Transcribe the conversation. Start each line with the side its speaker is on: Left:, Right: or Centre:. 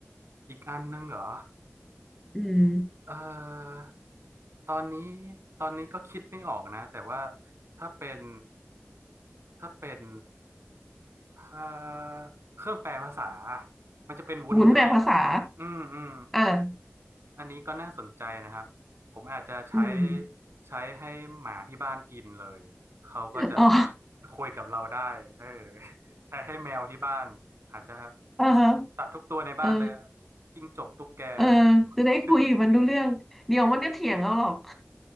Right: อีกอันนึงเหรอ
Centre: อืม
Right: เอ่อตอนนี้ ตอนนี้ก็คิดไม่ออกนะแต่ว่าถ้าเป็น ถ้าเป็นเอ่อเครื่องแปลภาษามันจะเป็นวุ้นใช่ไหม
Centre: วุนแบบภาษา
Right: อืมอืม
Centre: อ่ะ
Right: อันนี้ก็น่าสนใจนะครับ ผมอาจจะใช้
Centre: อืม
Right: ใช้ให้หมาที่บ้านกินเลย เขาก็จะ
Centre: อ๋อ
Right: คุยกับเราได้เออ <laughs> ใช้ให้แมวที่บ้านอาจจะ
Centre: <laughs> อ่าฮะ
Right: สัตว์สัตว์ทุกตัวในบ้านเลยอะ
Centre: เออ
Right: จิ้งจกตุ๊กแกให้กินหมดเลย
Centre: เออจะได้คุยกับมันรู้เรื่องเดี๋ยวมันก็เถียงเอาหรอก